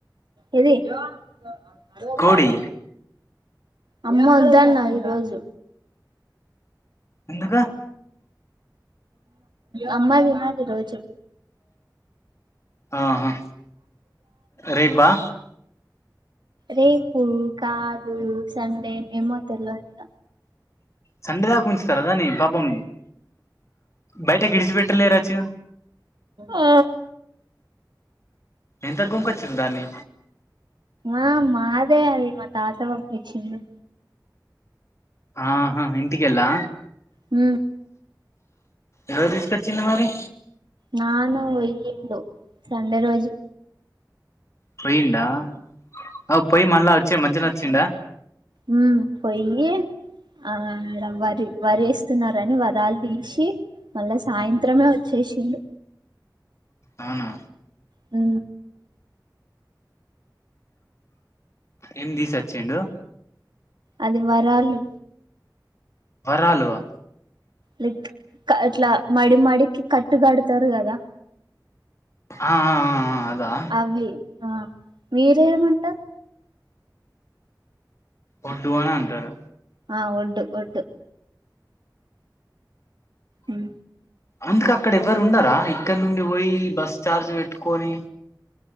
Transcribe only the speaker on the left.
కోడి
ఎందుక
ఆహా రేపా
సండే దాకా ఉంచుతారుదాని పాపం బయటకి విడిచిపెట్టలేరాచ
ఎంతకీ కొనుక్కొచ్చింలు దాన్ని
ఆహా ఇంటికెల్లా
ఎవరు తీసుకొచ్చింరు మరి
పొయిండా అ పొయి మళ్ళా వచ్చి మంచిగనే వచ్చిండ
అవునా
ఏందీసి వచ్చిండు
వరాలువా
ఆ ఆ ఆ అదా
వడు అని అంటారు
అందుక అక్కడ ఎవ్వరు ఉండారా ఇక్కడ నుండి పోయి బస్ ఛార్జ్ పెట్టుకొని